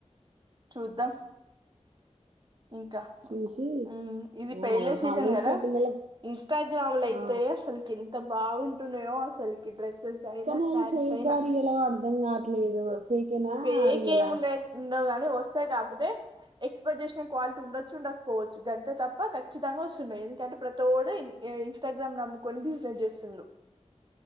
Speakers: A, on the right; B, on the right.
A: చూద్దాం ఇంకా
B: చూసి
A: ఉమ్మ్ ఇది
B: ఆ
A: పెళ్ళి సీజన్
B: హాలిడేస్
A: కదా
B: లో పిల్లలకి
A: ఇంస్టాగ్రామ్ లో అయితే
B: ఆ
A: అసలుకి ఎంత బాగుంటున్నయో అసలుకి డ్రెస్సెస్ అయినా
B: కానీ అవి
A: శారీస్
B: ఫేకా
A: అయినా
B: రియలా అర్ధం కావట్లేదు ఫేకేనా
A: ఫేక్
B: రియలా
A: ఏముండది ఉందన్ ను వస్తే కాకపోతే ఎక్స్పెక్ట్ చేసిన క్వాలిటీ ఉండొచ్చు ఉండకపోవచ్చు గంతే తప్ప ఖచ్చితంగా వస్తున్నాయి ఎందుకంటే ప్రతోడు ఇన్స్టాగ్రామ్ నమ్ముకొని బిజినెస్ చేస్తుండు